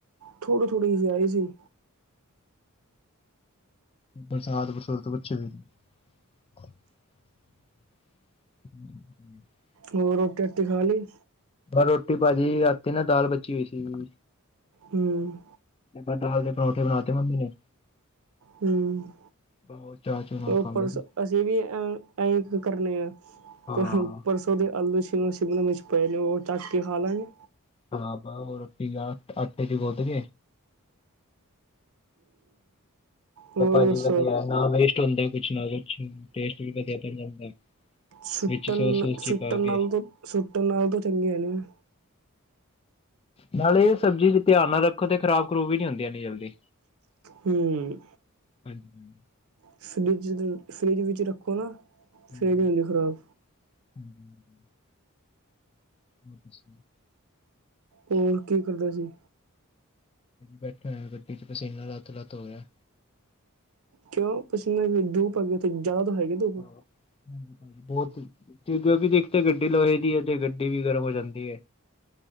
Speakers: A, on the right (about 70°); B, on the left (about 25°).
A: ਥੋੜੀ-ਥੋੜੀ ਸੀ ਆਈ ਸੀ।
B: ਬਰਸਾਤ, ਬੁਰਸਤ ਬੱਚੇ ਵੀ ਹਮ <inaudible>
A: ਹੋਰ ਰੋਟੀ ਰੋਟੀ ਖਾ ਲਈ
B: ਰੋਟੀ ਭਾਜੀ ਰਾਤੀ ਨਾ ਦਾਲ ਬਚੀ ਹੋਈ ਸੀਗੀ
A: ਹੂ,,,
B: ਪਤਾਲ ਦੇ ਪਰੌਠੇ ਬਣਾ ਤੇ ਮੰਮੀ ਨੇ
A: ਹੂ,,,
B: ਹੋਰ ਚਾਹ ਚੂ ਨਾਲ
A: ਉਹ
B: ਖਾ ਲਏ
A: ਪੁਲਿਸ
B: ਸੀ।
A: ਅਸੀਂ ਵੀ ਐ ਇ ਕਰਨੇ ਆ
B: ਹਾਂ
A: ਪੁਲਿਸ- ਸ ਉਹ ਅਲੂ ਸ਼ਿਮ ਸ਼ਿਮਲਾ ਮੀਰਚ ਪੈ ਜੋ ਤੱਕ ਕੇ ਖਾ ਲਾਂਗੇ
B: ਹਾਂ ਬਾ ਰੋਟੀ ਖਾ ਅਟੇ ਬੋਤਲ
A: ਹੋਰ
B: ਭਾਜੀ,
A: ਦੱਸੋ
B: ਵਧੀਆ। ਨਾ ਵੇਸਟ ਹੁੰਦਾ, ਕੁਝ ਨਾ ਕੁਝ ਟੇਸਟ ਵੀ ਵਧੀਆ ਬੰਨ ਜਾਂਦਾ।
A: ਸੁੱਟਣ-ਸੁੱਟਣ
B: ਵਿੱਚ ਸੋਸ ਸੂਸ ਜੀ ਪਾ ਕੇ
A: ਨਾਲ ਸੁੱਟਣ ਨਾਲੋ ਚੰਗੇ ਹੈਗੇ ਨੇ
B: ਨਾਲੇ ਇਹ ਸਬਜ਼ੀ ਚ ਧਿਆਨ ਨਾਲ ਰੱਖੋ ਤੇ ਖਰਾਬ ਖਰੂਬ ਵੀ ਨੀ ਹੁੰਦੀਆਂ ਜਲਦੀ
A: ਹੂ,,,
B: ਹਾਂਜੀ
A: ਫਰਿਜ ਫਰਿਜ ਵਿੱਚ ਰੱਖੋ ਨਾ
B: <inaudible>
A: ਫੇਰ ਨਹੀਂ ਹੁੰਦੀ ਖ਼ਰਾਬ
B: <unintelligible>
A: ਹੋਰ ਕੀ ਕਰਦੇ ਸੀ
B: ਬੈਠੇ ਹੋ ਗੱਡੀ ਚ ਪਸੀਨਾ ਲੱਤ ਲੱਤ ਹੋ ਗਿਆ
A: ਕਿਉਂ ਪਸੀਨਾ ਦੁਪ ਆ ਗ ਉੱਥੇ ਜ਼ਿਆਦਾ ਤਾਂ ਹੈਗੇ ਦੂੱਪ
B: <inaudible> ਬਹੁਤ ਕਿ ਕਿਉਕਿ ਦੇਖ ਤੇ ਗੱਡੀ ਲੋਹੇ ਦੀ ਹੈ ਤੇ ਗੱਡੀ ਵੀ ਗਰਮ ਹੋ ਜਾਂਦੀ ਹੈ